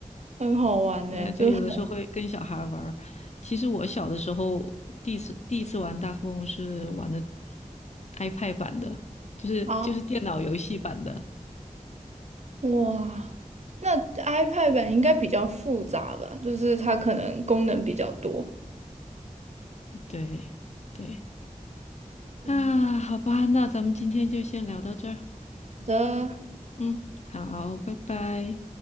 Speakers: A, on the right; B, on the left.
A: 很好玩呢、
B: 呃，
A: 就是很
B: 对，有的时候会跟小孩儿玩儿。其实我小的时候第一次第一次玩大富翁是玩的 iPad 版的，就是就是电脑游戏版的。
A: 啊，哇，那 iPad 版应该比较复杂吧，就是它可能功能比较多。
B: 对对啊，
A: 嗯
B: 好吧，那咱们今天就先聊到这儿。
A: 好的。
B: 嗯，好，拜拜。